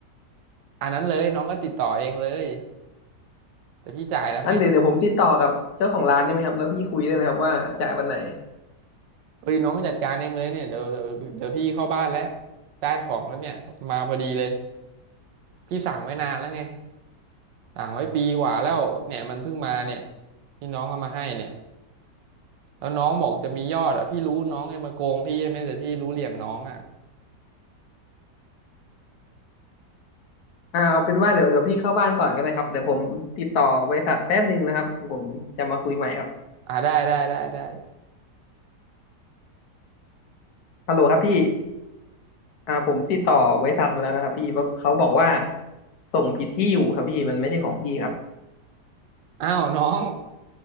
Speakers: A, on the right; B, on the left.
A: อันนั้นเลยน้องก็ติดต่อเองเลยแต่พี่จ่ายแล้วไง
B: อันเดี๋ยวเดี๋ยวผมติดต่อกับเจ้าของร้านได้ไหมครับแล้วพี่คุยได้ไหมครับว่าจ่ายวันไหน
A: เอ้ยน้องจัดการเองเลยเนี่ยเดี๋ยวเดี๋ยวเดี๋ยวพี่เข้าบ้านแล้วได้ของแล้วเนี่ยมาพอดีเลยพี่สั่งไว้นานแล้วไงสั่งไว้ปีกว่าแล้วเนี่ยมันเพิ่งมาเนี่ยที่น้องเอามาให้เนี่ยแล้วน้องบอกจะมียอดอ่ะพี่รู้น้องยังมาโกงพี่ใช่ไหมแต่พี่รู้เหลี่ยมน้องอ่ะ
B: อ่าเอาเป็นว่าเดี๋ยวเดี๋ยวพี่เข้าบ้านก่อนก็ได้ครับเดี๋ยวผมติดต่อบริษัทแป๊บหนึ่งนะครับผมจะมาคุยใหม่ครับ
A: อ่าได้ได้ได้ได้
B: ฮัลโหลครับพี่อ่าผมติดต่อบริษัทมาแล้วนะครับพี่ว่าเขาบอกว่าส่งผิดที่อยู่ครับพี่มันไม่ใช่ของพี่ครับ
A: อ้าวน้อง